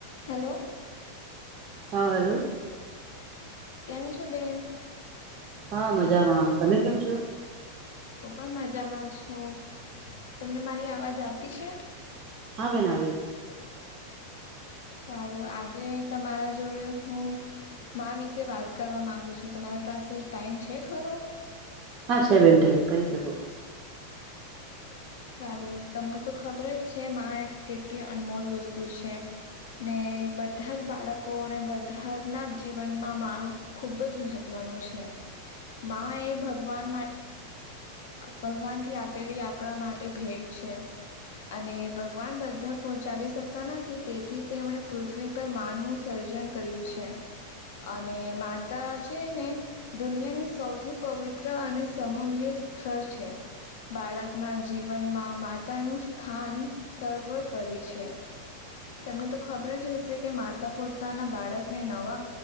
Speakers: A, on the left; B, on the right.
A: Hello
B: હા hello
A: કેન્ છો બેેન.
B: હા મજામાં તમે કેમ છો.
A: હું પણ મજામાં છું તમને મારી અવાજ આવતી છે.
B: આવે ના આવે.
A: સારું આજે તમારા જોડે હું. મા આ વિશે વાત કરવા માંગુ છું તમારા પાસે ટાઈમ છે ખરો.
B: હા છે મેન્ટે કરી શકો.
A: સારું તમને તો ખબર જ છે કેટલી અનમોલ વસ્તુ છે. ને બધા જ બાળકોને બધાના જીવનમાં મા. ખુબ જ મહત્વનું છે. માં એ ભગવાન ભગવાન થી આપેલી આપણા માટે. ભેટ છે અને ભગવાન બધા પહોંચાવી શકતા નથી તેથી તે એમણે પૃથ્વી પર માન નું સર્જન કર્યું છે અને માતા છે ને દુનિયાની સૌથી પવિત્ર અને સમમૂલ્ય સ્થળ છે બાળકના જીવનમાં માતા નું સ્થાન સવરપરી છે તને તો ખબર જ હશે કે માતા પોતાના બાળકને નવા